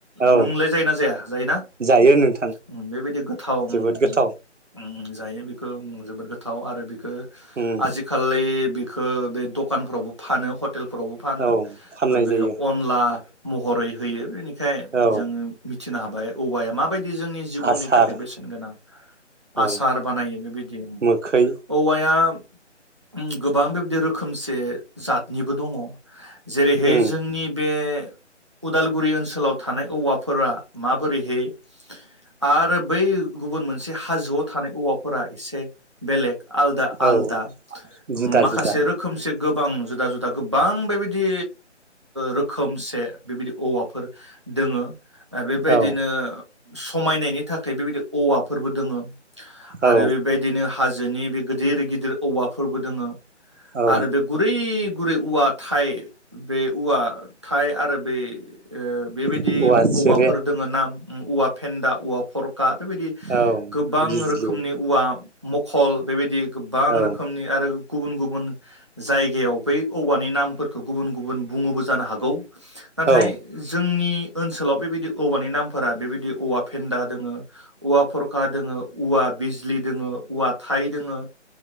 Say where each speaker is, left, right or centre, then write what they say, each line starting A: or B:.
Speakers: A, on the right; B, on the right.
A: औ
B: नोंलाय जायोना जाया जायोना
A: जायो नोंथां
B: ओम बेबायदि गोथाव ओ ओम
A: जोबोद गोथाव
B: ओ जायो बेखौ ओ जोबोद गोथाव आरो बे खौ
A: उम
B: आजिखालि बेखौ बे दख दखानफोरावबो फानो हथ हटेलफोरावबो फानो
A: औ फाननाय
B: ओ बे
A: जायो
B: अनला महरै होयो बेनि बिखाय
A: औ
B: जोङो बि थिनो हाबाय औवाया माबायदि जोंनि जिबननि
A: आसार
B: थाखाय बेसेन गोनां
A: औ
B: आसार बानायो बेबायदि
A: मोखै
B: औवाया ओ गोबां बेबायदि रोखोम बे जातनिबो दङ जेरैहाय
A: उम
B: जोंनि बे उदालगुरि ओनसोलाव थानाय औवाफोरा माबोरैहाय आरो बै गुबुन मोनसे हाजोआव थानाय औवाफोरा एसे बेलेग आलदा आलदा
A: औ जुदा
B: माखासे
A: जुदा
B: रोखोमसे गोबां जुदा जुदा गोबां बेबायदि रोखोमसे बेबायदि औवाफोर दोङो। बेबायदिनो
A: औ
B: समायनायनि थाखाय बेबायदि औवाफोरबो दोङो। आरो
A: औ
B: बेबायदिनो हाजोनि बे गिदिर गिदिर औवाफोरबो दोङो।
A: औ
B: आरो बे बै गुरै औवा थाइ बे औवा थाइ आरो बे ओ बेबायदि
A: औवा सिरे
B: औवाफोर दोङो नाम औवा फेन्दा औवा फरखा बेबायदि
A: औ
B: गोबां
A: बिजलि
B: रोखोमनि औवा मखल बेबायदि गोबां
A: औ
B: रोखोमनि आरो गुबुन गुबुन जायगायाव बै औवानि नामफोरखौ गुबुन गुबुन बुङोबो जानो हागौ। नाथाय
A: औ
B: जोंनि ओनसोलाव बेबायदि औवानि नामफोरा बेबायदि औवा फेन्दा दोङो औवा फरखा दोङो औवा बिजलि दोङो औवा थाइ दोङो